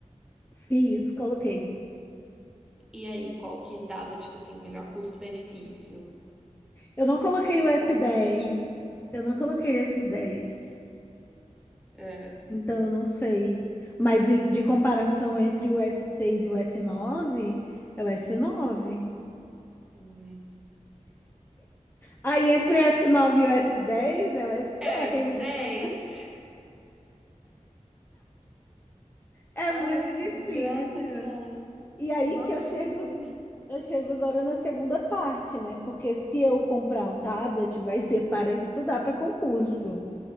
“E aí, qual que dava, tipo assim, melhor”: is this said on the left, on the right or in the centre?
Centre